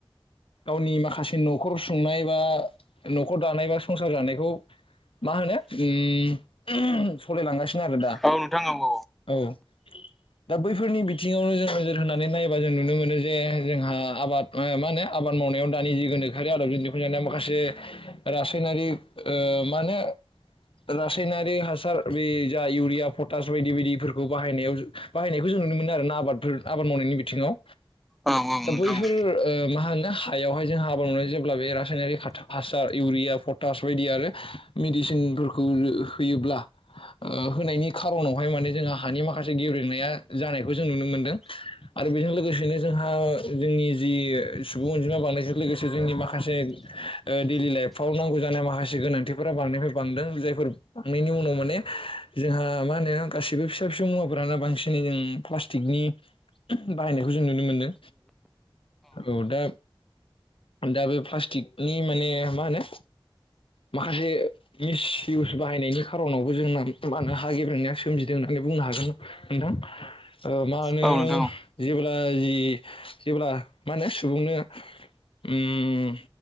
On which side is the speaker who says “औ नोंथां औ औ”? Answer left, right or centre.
Centre